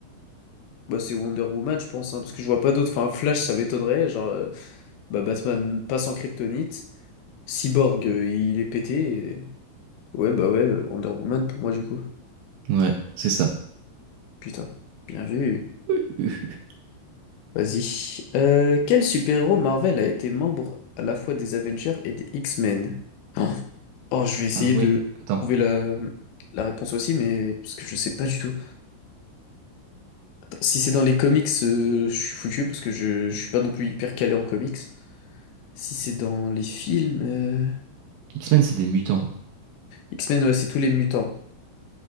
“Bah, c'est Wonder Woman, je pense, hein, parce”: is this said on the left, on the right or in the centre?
Left